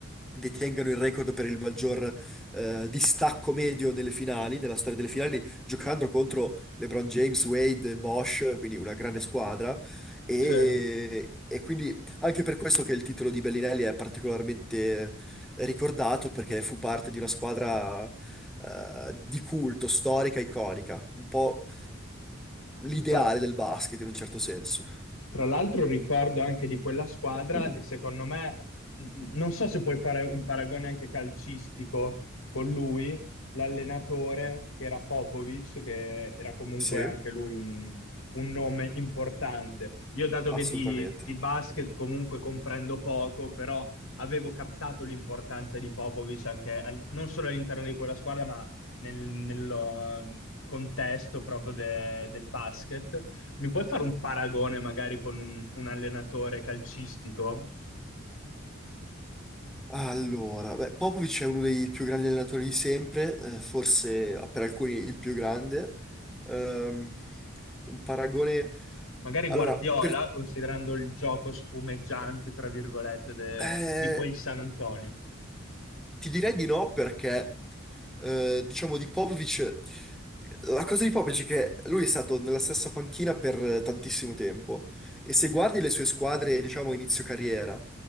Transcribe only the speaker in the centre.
detengano il record per il maggior eh, distacco medio nelle finali, nella storia delle finali, giocando contro LeBron James, Wade, Bosch, quindi una grande squadra. E,
e quindi anche per questo che il titolo di Bellinelli è particolarmente ricordato, perché fu parte di una squadra eh, di culto, storica, iconica, un po' l'ideale
del basket in un certo senso.
<clears throat>
Sì,
assolutamente.
Allora, beh, Popovic è uno dei più grandi allenatori di sempre, eh, forse ah, per alcuni il più grande. Ehm, un paragone...
Allora,
per,
eh,
Ti direi di no perché, eh, diciamo, di Popovic, la cosa di Popovic è che lui è stato nella stessa panchina per eh, tantissimo tempo e se guardi le sue squadre, diciamo, a inizio carriera,